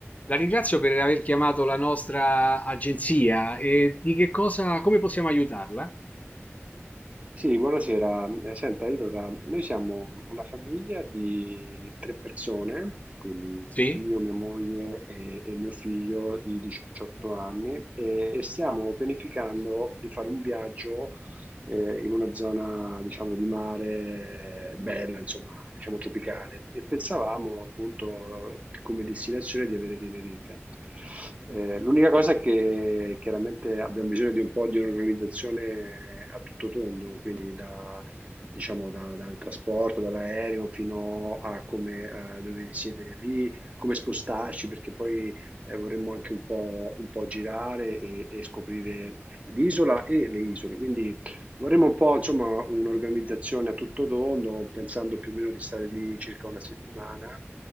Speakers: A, on the left; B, on the right.
A: La ringrazio per aver chiamato la nostra agenzia e di che cosa, come possiamo aiutarla?
B: Sì, buonasera. Eh, Senta, io allora, noi siamo una famiglia di tre persone, quindi
A: Sì?
B: io, mia moglie e, e mio figlio di 18 anni, e, e stiamo pianificando di fare un viaggio eh, in una zona, diciamo, di mare eh, bella, insomma, diciamo tropicale, e pensavamo appunto come destinazione di avere Tenerife. Eh, l'unica cosa è che chiaramente abbiamo bisogno di un po' di un'organizzazione a tutto tondo, quindi da, diciamo, da- dal trasporto, dall'aereo fino a come eh, dove risiedere lì, come spostarci, perché poi eh, vorremmo anche un po', un po' girare e, e scoprire l'isola e le isole. Quindi Vorremmo un po', insomma, un'organizzazione a tutto tondo, pensando più o meno di stare lì circa una settimana